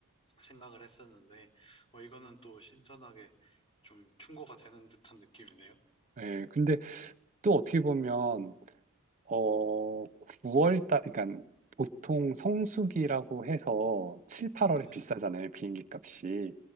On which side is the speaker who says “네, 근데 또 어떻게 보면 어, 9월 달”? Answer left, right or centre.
Right